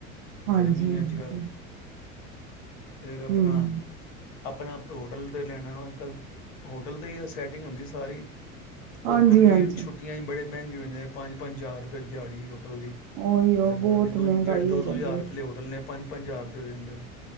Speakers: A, on the right (about 55°); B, on the left (about 60°).
A: ਹਾਂਜੀ
B: ਗਰਮੀ
A: ਹਾਂਜੀ
B: ਅੱਜ ਕੱਲ੍ਹ ਫਿਰ ਆਪਣਾ
A: ਹਮ
B: ਆਪਣੇ ਆਪ ਹੋਟਲ 'ਤੇ ਲੈਣਾ ਅੱਜ ਕੱਲ੍ਹ ਹੋਟਲ 'ਤੇ ਹੀ ਸੈਟਿੰਗ ਹੁੰਦੀ ਸਾਰੀ
A: ਹਾਂਜੀ
B: ਹੋਟਲ ਵੀ
A: ਹਾਂਜੀ
B: ਛੁੱਟੀਆਂ ਚ ਬੜੇ ਮਹਿੰਗੇ ਹੋਏ ਨੇ ਪੰਜ ਪੰਜ ਹਜ਼ਾਰ ਰੁਪਏ ਦਿਹਾੜੀ ਹੋਟਲ ਦੀ ਇੱਕ
A: ਉਹੀ ਉਹ
B: ਦੰਦਾ
A: ਬਹੁਤ
B: ਨ ਦ
A: ਮਹਿੰਗਾਈ
B: ਜਿਹੜੇ ਦੋ-ਦੋ
A: ਹੋ ਜਾਂਦੀ
B: ਹਜ਼ਾਰ ਰੁਪਏ
A: ਹੈ
B: ਆਲੇ ਹੋਟਲ ਨੇ ਪੰਜ ਪੰਜਾਰ ਦੇ ਹੋ ਜਾਂਦੇ ਨੇ